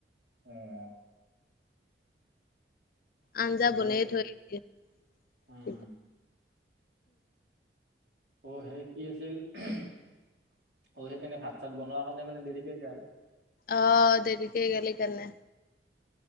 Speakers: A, on the right; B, on the left.
A: আহ।
B: আঞ্জা
A: ঠিকেই
B: বনাই
A: আছে
B: থৈ
A: দে
B: আহ
A: উম অ সে কি আছিল। অ সেইকাৰণে ভাত চাত বনোৱাৰ কাৰণে মানে দেৰিকেে আৰু
B: আহ দেৰি কেই গলে গ নাই